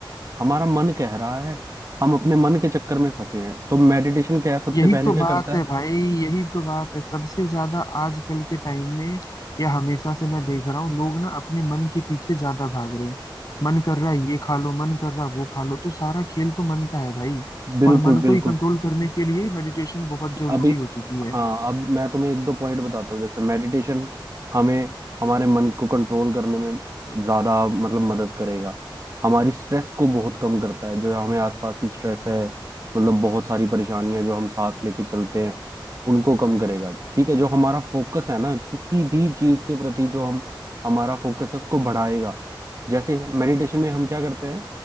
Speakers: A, on the right (about 40°); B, on the left (about 50°).
A: हमारा मन कह रहा है हम अपने मन के चक्कर में फंसे हैं तो मेडिटेशन क्या है सबसे
B: यही
A: पहले
B: तो
A: क्या
B: बात
A: करता
B: है
A: है
B: भाई यही तो बात है सबसे ज्यादा आजकल के टाइम में या हमेशा से मैं देख रहा हूँ लोग ना अपने मन के पीछे ज्यादा भाग रहे हैं मन कर रहा है ये खा लो मन कर रहा है वो खा लो तो सारा खेल तो मन का है भाई
A: बिल्कुल
B: और मन को
A: बिल्कुल
B: ही कंट्रोल करने के लिए मेडिटेशन बहुत जरूरी
A: अभी
B: हो चुकी है
A: हाँ अब मैं तुम्हें एक दो पॉइंट बताता हूँ जैसे मेडिटेशन हमें हमारे मन को कंट्रोल करने में ज्यादा मतलब मदद करेगा हमारी स्ट्रेस को बहुत कम करता है जो हमें आसपास की स्ट्रेस है मतलब बहुत सारी परेशानियां जो हम साथ लेके चलते हैं उनको कम करेगा ठीक है जो हमारा फोकस है ना किसी भी चीज के प्रति जो हम हमारा फोकस है उसको बढ़ाएगा जैसे मेडिटेशन में हम क्या करते हैं